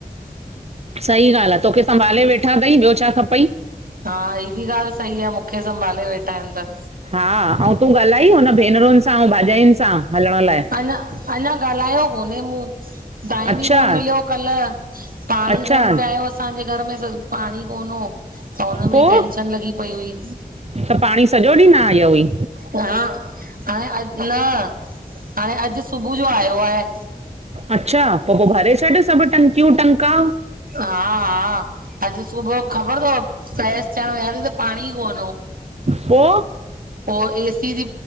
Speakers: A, on the right; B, on the right.
A: सही ॻाल्ह आ, तोखे संभाले वेठा थई। ॿियो छा खपई?
B: हा ही बि ॻाल्ह सही आ मूंखे संभाले वेठा आहिन त।
A: हा-अऊं तूं ॻाल्हाई हुन भेनरुनि सां ऐं भाजाइयुनि सां, हलण लाए?
B: अञा अञा ॻाल्हायो कोनहे मूं, टाइम
A: अच्छा
B: ई कोन मिलियो कल्ह पाणी,
A: अच्छा
B: कोन पे आयो असांजे घर में त पाणी कोन हो त हुनमें
A: पोइ
B: ई टेंशन लॻी पई हुई
A: त पाणी सॼो ॾीं न आयो हुअई?
B: हा, हाणे अ- न, हाणे अॼु सुबुह जो आयो आहे
A: अच्छा, पो पो भरे छॾ सभु टंकियूं टंका
B: हा हा अॼ सुबुह ख़बर थव फ्रेश थियण विया सीं त पाणी ई कोन हो।
A: पो?
B: पो, ए सी जी